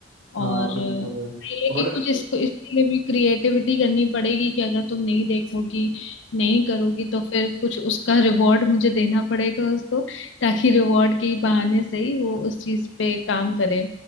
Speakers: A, on the right; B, on the left.
A: हाँ
B: और
A: बिल्कुल भाई।
B: ये है
A: और
B: कि कुछ इसको इसके लिए भी क्रिएटिविटी करनी पड़ेगी कि अगर तुम नहीं देखोगी नहीं करोगी तो फिर कुछ उसका रिवॉर्ड मुझे देना पड़ेगा उसको ताकि रिवॉर्ड के ही बहाने से ही वो उस चीज पे काम करे